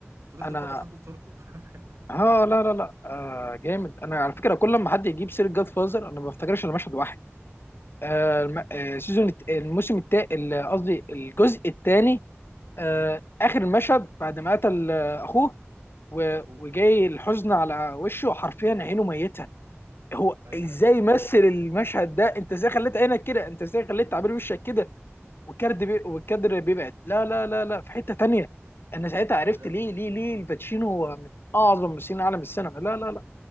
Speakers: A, on the right; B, on the left.
A: فضلت
B: انا
A: فترة حاطط صورته <laughs>
B: ها لا لا لا آه جامد انا على فكره كل لما حد يجيب سيره جاد فازر انا ما بفتكرش الا مشهد واحد آه الم... آه سيزون الت- الموسم التاني قصدي الجزء الثاني آه
A: أمم.
B: اخر المشهد بعد ما قتل آه اخوه و...
A: أخوه
B: وجاي الحزن على وشه حرفيا عينه ميته هو
A: أيوه
B: ازاي
A: أيوه
B: مثل المشهد ده انت ازاي خليت عينك كده انت ازاي خليت تعبير وشك كده والكادر
A: صح
B: بي... والكادر بيبعد لا لا لا لا في حته تانيه انا ساعتها عرفت
A: ولو
B: ليه ليه ليه الباتشينو هو من اعظم ممثلين عالم السينما لا لا